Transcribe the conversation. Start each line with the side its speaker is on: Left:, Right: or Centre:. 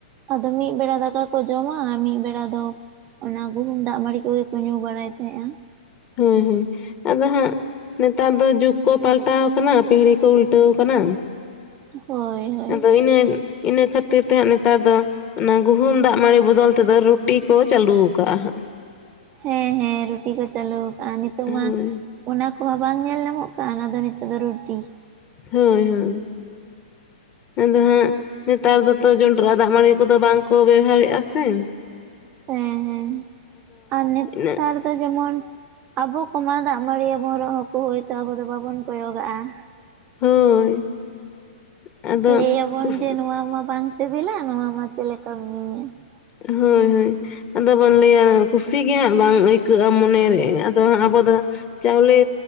Right: ᱟᱫᱚ ᱢᱤᱫ ᱵᱮᱲᱟ ᱫᱟᱠᱟ ᱠᱚᱸ ᱡᱚᱢᱟ ᱟᱨ ᱢᱤᱫ ᱵᱮᱲᱟ ᱫᱚ ᱚᱱᱟ ᱜᱩᱦᱩᱢ ᱫᱟᱜ ᱢᱟᱹᱲᱤ ᱠᱚᱜᱮ ᱠᱚ ᱧᱩ ᱵᱟᱲᱟᱭ ᱛᱟᱦᱮᱸᱜᱼᱟ ᱾
Left: ᱦᱩᱸ ᱦᱩᱸ ᱟᱫᱚ ᱦᱟᱸᱜ ᱱᱮᱛᱟᱨ ᱫᱚ ᱡᱩᱜ ᱠᱚ ᱯᱟᱞᱴᱟᱣ ᱠᱟᱱᱟ ᱯᱤᱦᱲᱤ ᱠᱚ ᱩᱞᱴᱟᱹᱣ ᱠᱟᱱᱟ ᱾
Right: ᱦᱳᱭ ᱦᱳᱭ
Left: ᱟᱫᱚ ᱤᱱᱟᱹ ᱤᱱᱟᱹᱠᱷᱟᱹᱛᱤᱨ ᱛᱮᱦᱟᱸᱜ ᱱᱮᱛᱟᱨ ᱫᱚ ᱚᱱᱟ ᱜᱩᱦᱩᱢ ᱫᱟᱜ ᱢᱟᱹᱲᱤ ᱵᱚᱫᱚᱞ ᱛᱮᱫᱚ ᱨᱩᱴᱤ ᱠᱚᱸ ᱪᱟᱹᱞᱩᱣ ᱠᱟᱼᱦᱟᱸᱜ ᱾
Right: ᱦᱮᱸ ᱦᱮᱸ ᱨᱩᱴᱤ ᱠᱚᱸ ᱪᱟᱹᱞᱩᱠᱟᱜ ᱱᱤᱛᱚᱜ
Left: ᱦᱳᱭ
Right: ᱢᱟ ᱚᱱᱟ ᱠᱚᱢᱟ ᱵᱟᱝ ᱧᱮᱞ ᱧᱟᱢᱚᱜ ᱠᱟᱱ ᱟᱫᱚ ᱱᱤᱛᱚᱜ ᱫᱚ ᱨᱩᱴᱤ ᱾
Left: ᱦᱳᱭ ᱦᱳᱭ ᱟᱫᱚ ᱦᱟᱸᱜ ᱱᱮᱛᱟᱨ ᱫᱚᱛᱚ ᱡᱚᱱᱰᱨᱟ ᱫᱟᱜ ᱢᱟᱹᱲᱤ ᱠᱚᱫᱚᱸ ᱵᱟᱝᱠᱚ ᱵᱮᱣᱦᱟᱨᱮᱫᱼᱟ ᱥᱮ ᱾
Right: ᱦᱮᱸ ᱦᱮᱸ ᱟᱨ ᱱᱮᱛᱟᱨ
Left: ᱤᱱᱟᱹᱜ
Right: ᱫᱚ ᱡᱮᱢᱚᱱ ᱟᱵᱚ ᱠᱚᱢᱟ ᱫᱟᱜ ᱢᱟᱹᱲᱤ ᱟᱵᱚᱱ ᱨᱮᱦᱚ ᱠᱚᱸ ᱦᱳᱭᱛᱚ ᱟᱵᱚ ᱫᱚᱸ ᱵᱟᱵᱚᱱ ᱠᱚᱭᱚᱜᱟᱼᱟ ᱾
Left: ᱦᱳᱭ ᱟᱫᱚ
Right: ᱞᱟᱹᱭᱟᱵᱚᱱ
Left: ᱠᱩᱥ
Right: ᱡᱮ ᱱᱚᱣᱟ ᱢᱟ ᱵᱟᱝ ᱥᱤᱵᱤᱞᱟ ᱱᱚᱣᱟ ᱢᱟ ᱪᱮᱫᱞᱮᱠᱟᱢ ᱧᱩᱭᱟ ᱾
Left: ᱦᱳᱭ ᱦᱳᱭ ᱟᱫᱚ ᱵᱚᱱ ᱞᱟᱹᱭᱟ ᱠᱩᱥᱤᱜᱮ ᱦᱟᱸᱜ ᱵᱟᱝ ᱟᱹᱭᱠᱟᱹᱜᱼᱟ ᱢᱚᱱᱮᱨᱮ ᱟᱫᱚᱦᱟᱜ ᱟᱵᱚ ᱫᱚ ᱪᱟᱣᱞᱮ